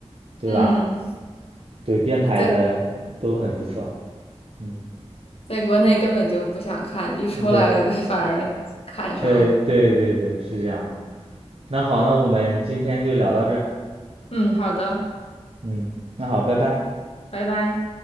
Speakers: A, on the right; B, on the left.
A: 对吧？
B: 嗯，
A: 对，编排的都很不错，
B: 在
A: 嗯，
B: 在国内根本就不想看，一出来
A: <laughs> 对
B: <laughs> 反而看上了。
A: 对对对对，是这样的。那好，那我们今天就聊到这儿，
B: 嗯，好的，
A: 嗯，那好，拜拜。
B: 拜拜。